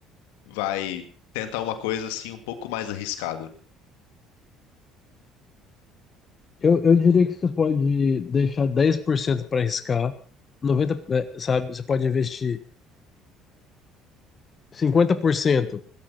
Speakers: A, on the left; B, on the left.
A: vai tentar uma coisa assim um pouco mais arriscada?
B: Eu, eu diria que você pode deixar 10% para arriscar, 90, é, sabe? Você pode investir 50%